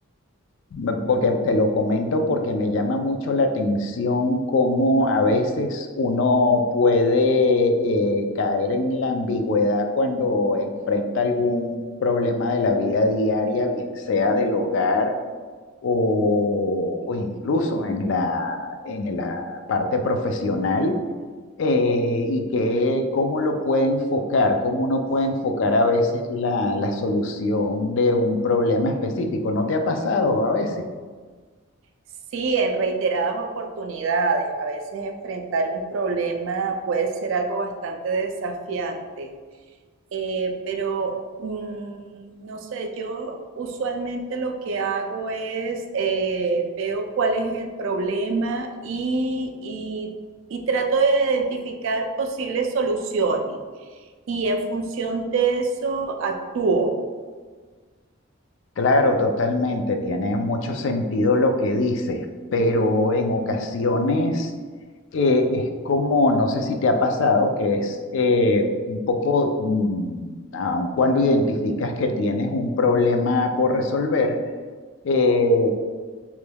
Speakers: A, on the left; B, on the right.
A: me- porque te lo comento porque me llama mucho la atención cómo a veces uno puede eh, caer en la ambigüedad cuando enfrenta algún problema de la vida diaria, bien sea del hogar o, o incluso en la, en la parte profesional eh, y que cómo lo puede enfocar, cómo uno puede enfocar a veces la, la solución de un problema específico. ¿No te ha pasado a veces?
B: Sí, en reiteradas oportunidades. A veces enfrentar un problema puede ser algo bastante desafiante, Eh, pero mm, no sé, yo usualmente lo que hago es eh, veo cuál es el problema y, y y trato de identificar posibles soluciones y en función de eso actúo.
A: Claro, totalmente, tiene mucho sentido lo que dices, pero en ocasiones eh, es como, no sé si te ha pasado, que es eh, un poco, mm, aun cuando identificas que tienes un problema por resolver, eh,